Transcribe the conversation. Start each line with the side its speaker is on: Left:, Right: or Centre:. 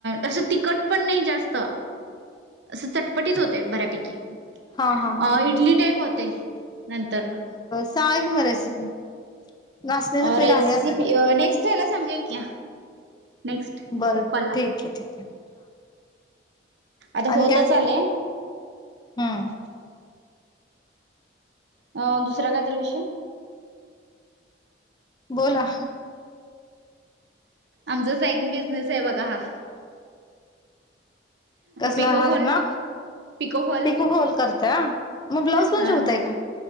Right: तसं तिकट पण नाही जास्त असं चटपटीत होते बऱ्यापैकी.
Left: हा हा
Right: अ
Left: हा
Right: इडली टाईप हो ते नंतर न
Left: सांगा की मग रेसिपी. नाचण्याचं
Right: अ
Left: पीठ
Right: रेसीपी
Left: आहे आता घरी.
Right: अ नेक्स्ट हेला सांगूया की. नेक्स्ट
Left: बर ठीक
Right: कॉलला.
Left: आहे, ठीक आहे. ठीक
Right: आता होतच
Left: काय
Right: आलेय
Left: हम्म
Right: अच्ा अं दुसरा काय तर विषय
Left: बोला
Right: आमचा साईड बिझनेस आहे बघा हा
Left: कसला
Right: पिकोफॉल
Left: हज ना
Right: पिकोफॉल
Left: पिकू गोल करत्या मग ब्लाऊज पण
Right: हा
Left: शिवताय काय